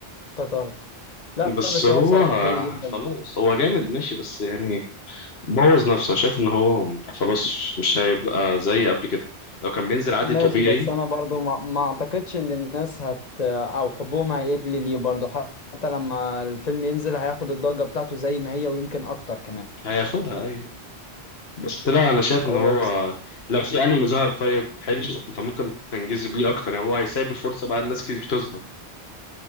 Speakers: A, on the left; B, on the left.
A: افتكرت لا
B: بس
A: بس
B: هو
A: هو بصراحة حلو جدا
B: خلاص هو جامد ماشي بس يعني بوظ نفسه شايف ان هو خلاص مش هيبقى زي قبل كده لو كان بينزل عادي
A: ماشي
B: طبيعي
A: بس انا برضو ما, ما اعتقدش ان الناس هت او حبهم هيقل ليه برضو حتى لما الفيلم ينزل هياخد الضجة بتاعته زي ما هي ويمكن اكتر كمان
B: هياخدها ايوه بس لا انا شايف
A: هو
B: ان هو
A: بس
B: لو في انمي ظهر طيب حلو انت ممكن تنجذب بيه اكتر يعني هو هيسيب الفرصه بقى الناس كتير تظهر